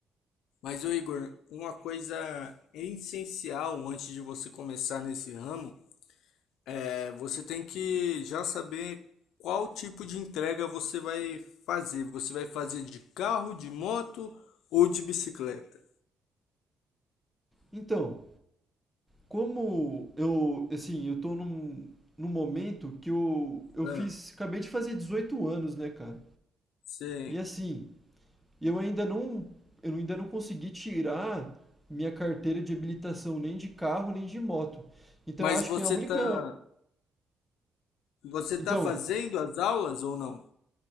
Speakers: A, on the left (about 85°); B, in the centre.
A: mas, ô Igor, uma coisa essencial antes de você começar nesse ramo é você tem que já saber qual tipo de entrega você vai fazer. Você vai fazer de carro, de moto ou de bicicleta?
B: Então, como eu, assim, eu tô num, num momento que eu, eu
A: Ah,
B: fiz, acabei de fazer 18 anos, né, cara?
A: sim.
B: E assim, eu ainda não, eu ainda não consegui tirar minha carteira de habilitação nem de carro, nem de moto. Então,
A: Mas
B: eu acho
A: você
B: que a única,
A: tá, você
B: então,
A: tá fazendo as aulas ou não?